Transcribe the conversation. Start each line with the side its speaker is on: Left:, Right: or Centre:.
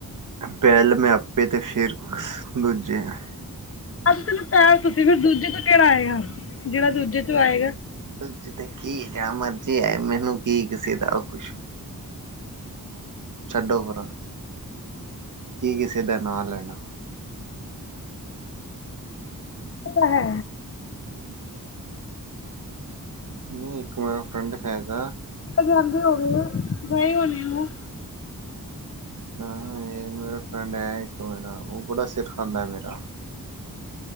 Right: ਪਹਿਲ ਮੈਂ ਆਪੇ ਤੇ ਫਿਰ, ਦੂਜੇ ਆ
Left: ਤੈਨੂੰ ਪਹਿਰ ਤੁਸੀਂ ਫਿਰ ਦੂਜੇ ਤੋਂ ਕੇੜਾ ਆਏਗਾ ਜੇੜਾ ਦੂਜੇ ਚੋਂ ਆਏਗਾ।
Right: ਦੂਜੇ ਤੇ ਕੀ ਜੇੜਾ ਮਰਜੀ ਆਏ ਮੈਨੂੰ ਕੀ ਕਿਸੇ ਦਾ ਖੁਸ਼ ਛੱਡੋ ਪਰਾ ਕੀ ਕਿਸੇ ਦਾ ਨਾਂ ਲੈਣਾ।
Left: ਓ ਤਾਂ ਹੈ।
Right: ਹੂੰ ਨਈ ਇੱਕ ਮੇਰਾ ਫਰੈਂਡ ਹੈਗਾ।
Left: ਜਾਂਦੇ ਹੋਣੇ ਆ ਗਏ ਹੋਣੇ
Right: ਤੇ
Left: ਓ।
Right: ਹਾਂ ਏ ਮੇਰਾ ਫਰੈਂਡ ਹੈ ਇੱਕ ਮੇਰਾ ਓ ਬੜਾ ਸਿਰ ਖਾਂਦਾ ਮੇਰਾ